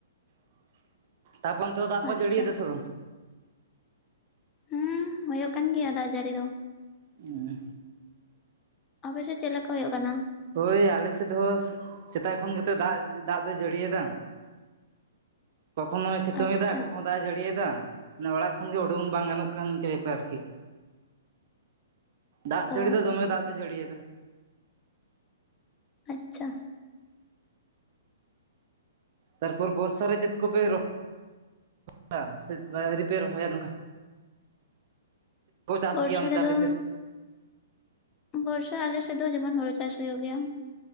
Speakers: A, on the right; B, on the left.
A: ᱾ ᱛᱟᱯᱚᱨ ᱚᱱᱛᱮ ᱫᱚ ᱫᱟᱜ ᱠᱚᱭ
B: ᱟᱪᱪᱷᱟ
A: ᱡᱟᱹᱲᱤ ᱮᱫᱟ ᱥᱮ ᱵᱟᱝ?
B: ᱦᱩᱸ ᱦᱩᱭᱩᱜ ᱠᱟᱱ ᱜᱮᱭᱟ ᱫᱟᱜ ᱡᱟᱹᱲᱤ ᱫᱚ᱾
A: ᱩᱧᱻ
B: ᱟᱵᱮᱸ ᱥᱮ ᱪᱮᱫ ᱞᱮᱠᱟ ᱦᱩᱭᱩᱜ ᱠᱟᱱᱟ?
A: ᱳᱭ ᱟᱞᱮ ᱥᱮᱫ ᱦᱚᱸ ᱥᱮᱛᱟᱜ ᱠᱷᱚᱱ ᱜᱮᱛᱚ ᱫᱟᱜ ᱫᱟᱜ ᱫᱚᱭ ᱡᱟᱹᱲᱤᱭᱮᱫᱟ
B: <inaudible>
A: ᱠᱚᱠᱷᱚᱱᱳᱭ ᱥᱤᱛᱩᱝ
B: ᱟᱪᱪᱷᱟ
A: ᱮᱫᱟ ᱠᱚᱠᱷᱚᱱᱳ ᱫᱟᱜ ᱮ ᱡᱟᱹᱲᱤᱭᱮᱫᱟ ᱢᱟᱱᱮ ᱚᱲᱟᱜ ᱠᱷᱚᱱ ᱜᱮ ᱩᱰᱩᱝ ᱵᱟᱝ ᱜᱟᱱᱚᱜ ᱠᱟᱱᱟ ᱱᱤᱝᱠᱟᱹ ᱵᱮᱯᱟᱨ ᱟᱨᱠᱤ ᱫᱟᱜ ᱡᱟᱹᱲᱤ
B: ᱚ
A: ᱫᱚ ᱫᱚᱢᱮ ᱫᱟᱜ ᱫᱚ ᱡᱟᱹᱲᱤᱭᱮᱫᱟ ᱫᱚ
B: ᱟᱪᱪᱷᱟ
A: ᱛᱟᱨᱯᱚᱨ ᱵᱚᱨᱥᱟ ᱨᱮ ᱪᱮᱫ ᱠᱚᱯᱮᱼᱼ <inaudible> ᱥᱮ ᱟᱣᱨᱤ ᱯᱮ ᱨᱚᱦᱚᱭᱟ ᱱᱚᱝᱠᱟᱼᱼ ᱪᱟᱥ
B: ᱵᱚᱨᱥᱟ
A: ᱜᱮᱭᱟ ᱚᱱᱛᱮ
B: ᱨᱮᱫᱚ
A: ᱟᱯᱮ ᱥᱮᱫ
B: ᱵᱚᱨᱥᱟ ᱟᱞᱮ ᱥᱮᱫ ᱫᱚ ᱡᱮᱢᱚᱱ ᱦᱩᱲᱩ ᱪᱟᱥ ᱦᱩᱭᱩᱜ ᱜᱮᱭᱟ